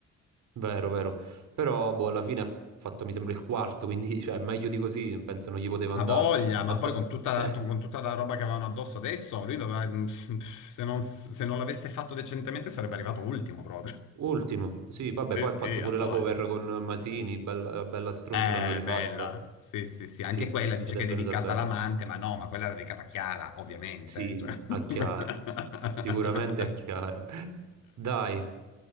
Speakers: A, on the right; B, on the left.
A: Vero, vero. Però, boh, alla fine ha fatto, mi sembra, il quarto, quindi, <laughs> cioè, meglio di così, penso non gli poteva andare.
B: Ha voglia,
A: Ha fatto...
B: ma poi con tutta
A: <laughs>
B: la,
A: eh,
B: con tutta la roba che avevano addosso adesso, lui doveva- mm, <laughs> se non, se non l'avesse fatto decentemente sarebbe arrivato ultimo proprio. <laughs>
A: ultimo, sì, vabbè,
B: Sì,
A: poi
B: sì,
A: ha fatto pure
B: ha voglia.
A: la cover con Masini, bella, bella stronza,
B: Eh,
A: l'hanno rifatta.
B: bella. Sì, sì, sì. Anche
A: Sì,
B: quella dice
A: ed
B: che
A: è
B: è
A: venuta
B: dedicata
A: bene.
B: all'amante, ma no, ma quella era dedicata a Chiara, ovviamente.
A: Sì,
B: Cioè... <laughs>
A: a Chiara, sicuramente a Chiara. <laughs> Dai,